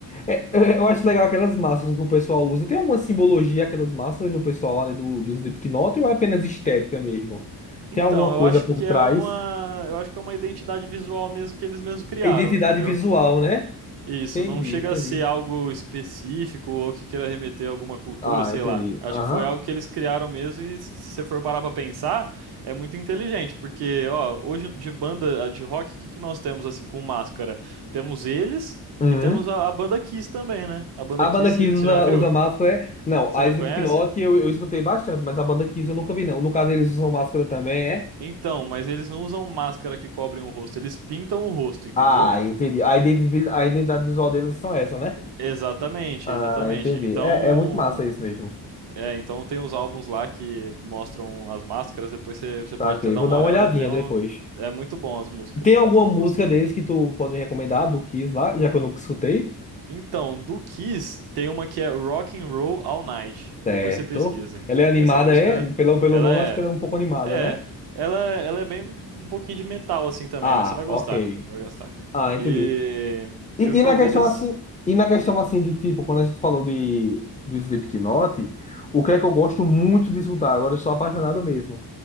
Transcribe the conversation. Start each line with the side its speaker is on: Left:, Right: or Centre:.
Left: É, é, eu acho legal aquelas máscaras que o pessoal usa. Tem alguma simbologia aquelas máscaras do pessoal lá, né, do, do Slipknot ou é apenas estética mesmo? Tem
Right: Então,
Left: alguma
Right: eu
Left: coisa
Right: acho
Left: por
Right: que
Left: trás?
Right: é uma, eu acho que é uma identidade visual mesmo que eles mesmos criaram,
Left: É Identidade
Right: entendeu?
Left: visual, né?
Right: Isso,
Left: Entendi,
Right: não chega
Left: entendi.
Right: a ser algo específico ou que queira remeter a alguma cultura,
Left: Ah,
Right: sei
Left: entendi.
Right: lá. Acho
Left: Aham.
Right: que foi algo que eles criaram mesmo e se você for parar pra pensar, é muito inteligente, porque, ó, hoje de banda ah, de rock, o que que nós temos assim com máscara? Temos eles
Left: Uhum.
Right: e temos a, a banda Kiss também, né? A banda
Left: A
Right: Kiss,
Left: banda Kiss
Right: você
Left: usa,
Right: você já viu?
Left: usa máscara, é? Não,
Right: Você
Left: a
Right: não
Left: Slipknot
Right: conhece?
Left: eu, eu escutei bastante, mas a banda Kiss eu nunca vi, não. No caso, eles usam máscara também, é?
Right: Então, mas eles não usam máscara que cobrem o rosto, eles pintam o rosto, entendeu?
Left: Ah, entendi. A identi- a identidade visual deles são essa, né?
Right: Exatamente,
Left: Ah,
Right: exatamente.
Left: entendi.
Right: Então,
Left: É, é muito massa isso mesmo.
Right: É, então tem os álbuns lá que mostram as máscaras, depois você, você pode
Left: Saquei.
Right: até dar
Left: Vou
Right: uma
Left: dar
Right: olhada,
Left: uma olhadinha
Right: tem um...
Left: depois.
Right: é muito bom as músicas,
Left: Tem alguma
Right: você vai
Left: música
Right: gostar.
Left: deles que tu pode me recomendar do Kiss lá, já que eu nunca escutei?
Right: Então, do Kiss, tem uma que é Rock and Roll All Night,
Left: Certo.
Right: depois você pesquisa.
Left: Ela é animada,
Right: Essa música,
Left: é? Pelo, pelo
Right: ela
Left: nome,
Right: é,
Left: acho que ela é um pouco animada,
Right: é,
Left: né?
Right: ela, ela é bem um pouquinho de metal assim também,
Left: Ah,
Right: mas você vai gostar,
Left: ok.
Right: vai gostar.
Left: Ah, entendi.
Right: E,
Left: E,
Right: e
Left: e
Right: o show
Left: na questão
Right: deles
Left: assim, e na questão assim de tipo, quando a gente falou de do Slipknot, o que é que eu gosto muito de escutar, agora eu sou apaixonado mesmo,